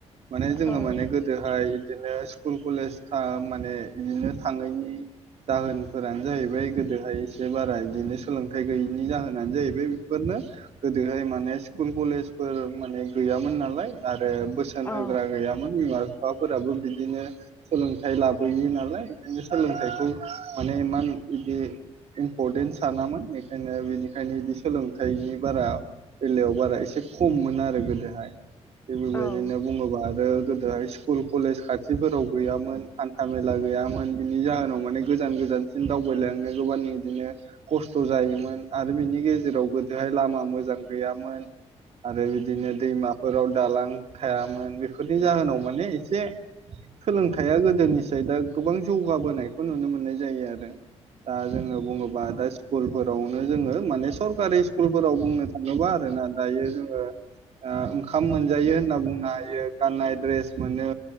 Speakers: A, on the right; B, on the left.
A: माने जोङो
B: औ
A: माने गोदोहाय बिदिनो स्कुल कलेज थ माने बिदिनो थाङैनि जाहोनफोरानो जाहैबाय गोदोहाय एसे बारा बिदिनो सोलोंथाइ गैयिनि जाहोनानो जाहैबाय बेफोर नो गोदोहाय माने स्कुल कलेज फोर माने गैयामोन नालाय आरो बोसोन
B: औ
A: होग्रा गैयामोन बिमा बिफाफोराबो बिदिनो सोलोंथाइ लाबोयि नालाय <unintelligible> सोलोंथाइखौ माने इमान इदि इम्परटेन्ट सानामोन बेखायनो बिनिखायनो इदि सोलोंथाइनि बारा बेलायाव बारा एसे खममोन आरो गोदोहाय थिग बेबायदिनो
B: औ औ
A: बुङोबा आरो गोदोहाय स्कुल कलेज खाथिफोराव गैयामोन हान्था मेला गैयामोन बिनि जाहोनाव माने गोजान गोजानसिम दावबायलांनो गोबां बिदिनो खस्थ' जायोमोन आरो बिनि गेजेराव गोदोहाय लामा मोजां गैयामोन आरो बिदिनो दैमा फोराव दालां थायामोन बेफोरनि जाहोनाव माने एसे सोलोंथाइया गोदोनिसाय दा गोबां जौगाबोनायखौ नुनो मोननाय जायो आरो दा जोङो बुङोबा दा स्कुल फोरावनो जोङो माने सरकारि स्कुलफोराव बुंनो थाङोबा आरो ना दायो जोङो ओ ओंखाम मोनजायो होनना बुंनो हायो गाननाय द्रेस मोनो